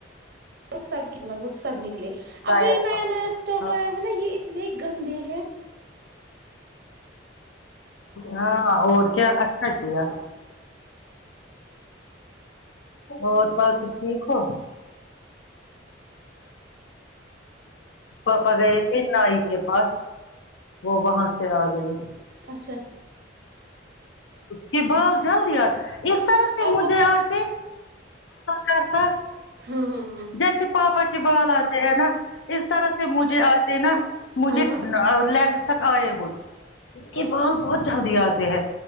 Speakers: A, on the right (about 60°); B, on the left (about 85°).
A: وہ سب کے لگ بھگ سب نکلے
B: بائے
A: اب جو یہ
B: اللہ۔
A: نیا نیا اسٹاف
B: ہاں
A: آیا ہے نا یہ اتنے گندے ہے
B: ہاں اور کیا اچھا کیا اور بس ٹھیک ہو پاپا گئے تھے نائی کے پاس وہ وہاں سے آ گئے
A: اچھا
B: اس
A: چلو
B: کے بال
A: اچھی
B: جلدی
A: بات ہے
B: آ اس طرح سے
A: آپ
B: مجھے
A: کو
B: آے تھے کرتا
A: ہاں ہاں ہاں
B: جیسے پاپا کے بال آتے ہیں نا اس طرح سے مجھے آتے نا مجھے
A: ہاں
B: لیگس تک آئے ہو اس کے بال بہت جلدی آتے ہیں